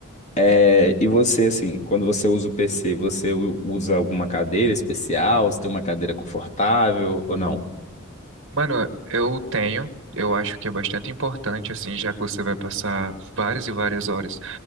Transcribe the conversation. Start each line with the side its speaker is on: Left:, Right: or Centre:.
Left: É, e você, assim, quando você usa o PC, você u- usa alguma cadeira especial? Você tem uma cadeira confortável ou não?
Right: Mano, eu tenho. Eu acho que é bastante importante, assim, já que você vai passar várias e várias horas